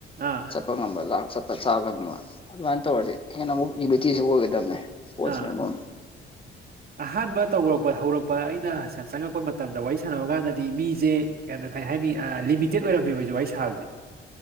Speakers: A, on the right; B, on the left.
A: ꯑꯥ
B: ꯆꯠꯄ ꯉꯝꯕꯜ ꯂꯥꯛ ꯆ ꯆꯥ ꯐꯪꯕ ꯑꯗꯨꯃꯥꯏꯅ ꯇꯧꯔꯗꯤ ꯍꯦꯟꯅ ꯑꯃꯨꯛ ꯌꯨꯂꯤꯇꯤꯁꯨ ꯑꯣꯏꯒꯗꯕꯅꯦ ꯄꯣꯠꯁꯦ
A: ꯑꯥ
B: ꯑꯃꯨꯛ
A: ꯑꯍꯥꯟꯕ ꯇꯧꯔꯛꯄ ꯍꯧꯔꯛꯄ ꯑꯩꯅ ꯆꯪꯉꯛꯄ ꯃꯇꯝꯗ ꯋꯥꯔꯤ ꯁꯥꯟꯅꯕ ꯀꯥꯟꯗꯗꯤ ꯃꯤꯁꯦ ꯀꯩꯅꯣ ꯀꯩ ꯍꯥꯏꯅꯤ ꯂꯤꯃꯤꯇꯦꯠ ꯑꯣꯏꯔꯝꯃꯦꯕꯖꯤ ꯋꯥꯔꯤ ꯁꯥꯕꯁꯦ